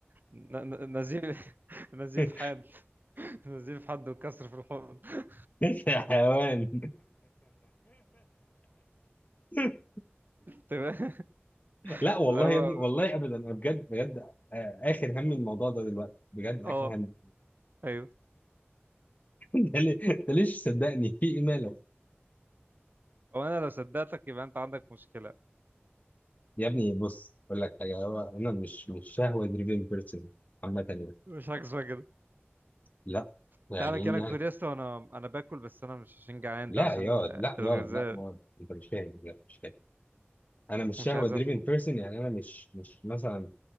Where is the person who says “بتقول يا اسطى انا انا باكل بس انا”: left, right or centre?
Right